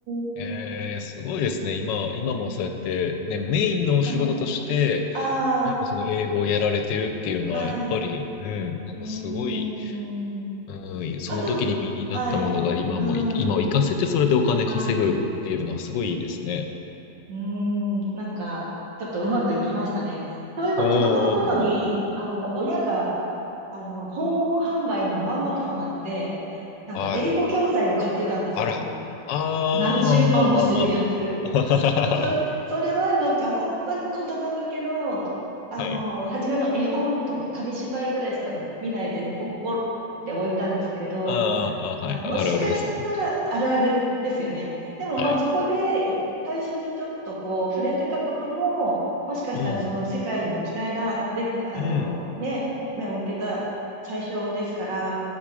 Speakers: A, on the right (about 80°); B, on the left (about 80°).
A: ーん。
B: えー、すごいですね。今、今もそうやって、ね、メインのお仕事として、
A: はい。あ
B: でもその英語をやられてるっていうのは、
A: あ、はい。
B: やっぱり、うん、なんかすごい
A: うーん。
B: うん、その時に身になったものが今もい、
A: あと、はい。うん。
B: 今を活かせてそれでお金稼ぐっていうのはすごいいいですね。
A: はい。うーん、なんか、ちょっとうまくいきましたね。そういえば子供の頃に、
B: うんうんうん。
A: あの、親が、あの、訪問販売にまんまとハマって、なんか英語教材を買ってたんですよ。
B: はい。あら。あー、
A: 何十万もするやつ。
B: まあまあまあまあ。<laughs>
A: そ、そそれはなんか本当に子供向けの、あの、
B: はい。
A: 初めの絵本とか紙芝居ぐらいしか見ないで、ほっぽって置いたんですけれど、
B: あーあ、はい。
A: はい、もしかしたら、
B: あるあるですね。
A: あるあるですよね。でもまあそこでい最初にちょっとこう触れてたことも、
B: はい。
A: もしかしたらその世界に行きたいな、
B: うん。
A: で、あのね、
B: うん。
A: 目を向けた最初ですから、